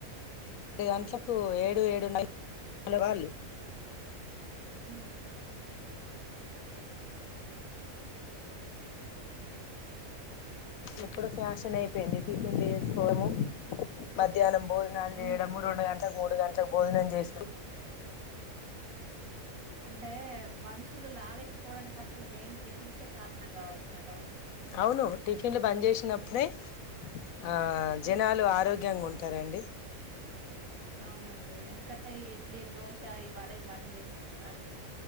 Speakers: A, on the left (about 80°); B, on the right (about 80°).
A: <unintelligible>
B: ఉ
A: ఇప్పుడు ఫ్యాషన్ అయిపోయింది టిఫిన్లు చేసుకోవడము మధ్యానము భోజనాలు
B: హ్మ్.
A: చేయడము రెండు గంటలకు మూడు గంటలకు భోజనం చేస
B: అంటే మనుషులు లావెక్కిపోవడానికి అసలు మెయిన్ టిఫిన్సే కారణం కావచ్చు నా డౌట్
A: అవును టిఫిన్లు బంద్ చేసినప్పుడే ఆ
B: హ్మ్.
A: జనాలు ఆరోగ్యంగా ఉ టార్ అండి
B: అవునండి వెనకట్ట ఈ ఇడ్లీ దోశ ఇ వాడ ఇవన్నీ <unintelligible> రా అండి